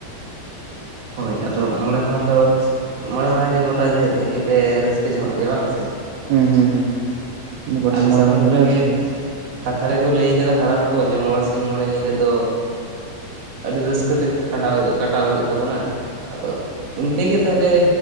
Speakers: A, on the right (about 60°); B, on the right (about 80°).
A: ᱦᱳᱭ ᱟᱫᱚ ᱢᱚᱬᱮ ᱢᱟᱦᱟ ᱫᱚ ᱢᱚᱬᱮ ᱢᱟᱦᱟ ᱜᱮ ᱜᱚᱴᱟ ᱡᱮ ᱜᱮᱯᱮ ᱨᱟᱹᱥᱠᱟᱹ ᱧᱚᱝᱚᱜ ᱜᱮᱭᱟ ᱵᱟᱝ ᱥᱮ?
B: ᱦᱩᱸ ᱦᱩᱸ ᱦᱩᱸ
A: ᱟᱞᱮ
B: ᱢᱚᱬᱮ
A: ᱥᱮᱱ
B: ᱢᱟᱦᱟᱸ
A: ᱦᱚᱸ ᱚᱱᱠᱟᱜᱮ
B: ᱜᱮᱞᱮ ᱨᱟᱹᱥᱠᱟ ᱡᱚᱝᱟ-ᱟ᱾
A: ᱠᱟᱛᱷᱟ ᱨᱮᱠᱚ ᱞᱟᱹᱭ ᱟᱠᱟᱫᱟ ᱦᱟᱲᱟᱢ ᱠᱚ ᱡᱮ ᱢᱚᱬᱮ ᱥᱤᱧ ᱢᱚᱬᱮ ᱧᱤᱫᱟᱹ ᱫᱚ ᱟᱹᱰᱤ ᱨᱟᱹᱥᱠᱟᱹᱛᱮ ᱠᱷᱟᱸᱰᱟᱣ ᱦᱩᱭᱩᱜᱼᱟ ᱠᱟᱴᱟᱣ ᱦᱩᱭᱩᱜ ᱛᱟᱵᱚᱱᱟ ᱟᱫᱚ ᱤᱱᱠᱟᱹᱜᱮ ᱛᱟᱦᱚᱞᱮ